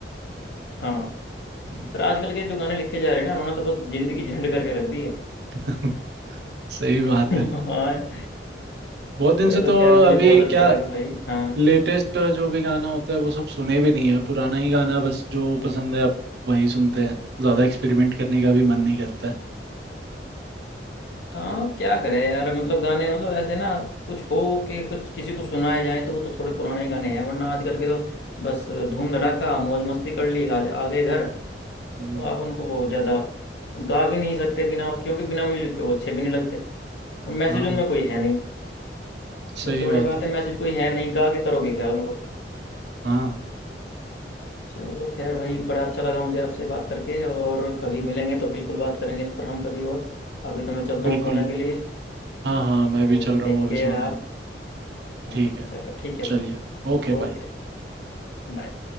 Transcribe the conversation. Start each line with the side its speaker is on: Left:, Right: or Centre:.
Left: हाँ
Right: हम्म,
Left: पर आजकल के जो गाने लिखे जा रहे हैं ना उन्होंने तो बस जिंदगी झंड करके रख दी है
Right: <laughs> सही बात
Left: <laughs>
Right: है
Left: हाँ
Right: बहुत दिन
Left: चलो
Right: से तो
Left: खैर मुझे
Right: अभी
Left: बहुत अच्छा
Right: क्या
Left: लगा भाई हाँ
Right: लेटेस्ट जो भी गाना होता है वो सब सुने भी नहीं है पुराना ही गाना बस जो पसंद है अब वही सुनते हैं ज्यादा एक्सपेरिमेंट करने का भी मन नहीं करता है
Left: हाँ क्या करें यार मतलब गाने मतलब ऐसे ना कुछ हो के कुछ किसी को सुनाए जाए तो वो तो थोड़े पुराने ही गाने हैं वरना आजकल के तो बस धूम धड़ाका मौज मस्ती कर ली आ, आ गए घर
Right: हम्म,
Left: आप उनको ज्यादा गा भी नहीं सकते बिना क्योंकि बिना म्यूजिक के वो अच्छे भी नहीं लगते और मैसेज
Right: हाँ
Left: उनमें कोई है नहीं
Right: सही
Left: सबसे बड़ी
Right: बात
Left: बात
Right: है
Left: है मैसेज कोई है नहीं गा के करोगे क्या उनको
Right: हाँ
Left: चलो खैर भाई बड़ा अच्छा लगा मुझे आपसे बात करके और कभी मिलेंगे तो बिल्कुल बात करेंगे इस पर हम कभी और अभी तो मैं चलता
Right: बिल्कुल
Left: हूँ सोने के लिए
Right: हाँ हाँ
Left: और
Right: मैं भी चल रहा
Left: टेक
Right: हूँ अभी
Left: केयर
Right: सोने
Left: आप हाँ
Right: ठीक है
Left: चलो ठीक है
Right: चलिए
Left: भाई
Right: Okay
Left: ओके
Right: bye
Left: बाय